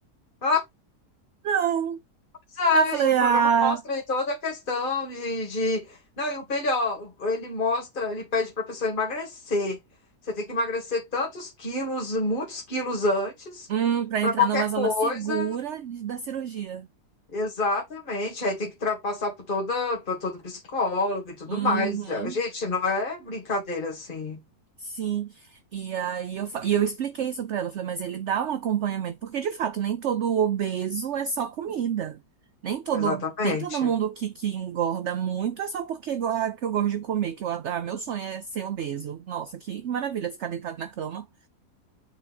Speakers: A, on the left (about 30°); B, on the right (about 60°).
A: Ah,
B: não.
A: pois é,
B: Aí eu falei,
A: e o programa
B: ah,
A: mostra aí toda a questão de, de... Não, e o melhor, ele mostra, ele pede para a pessoa emagrecer. Você tem que emagrecer tantos quilos, muitos quilos antes,
B: hum, pra
A: para
B: entrar
A: qualquer
B: numa zona
A: coisa.
B: segura de- da cirurgia.
A: Exatamente, aí tem que tra- passar por toda, por todo psicólogo e tudo
B: Uhum,
A: mais. Gente, não é brincadeira assim.
B: sim. E aí eu, fa- e eu expliquei isso pra ela. Eu falei, mas ele dá um acompanhamento. Porque, de fato, nem todo obeso é só comida. Nem todo,
A: Exatamente.
B: nem todo mundo que, que engorda muito é só porque go- ah, que eu gosto de comer, que eu, ad- ah, meu sonho é ser obeso. Nossa, que maravilha ficar deitado na cama.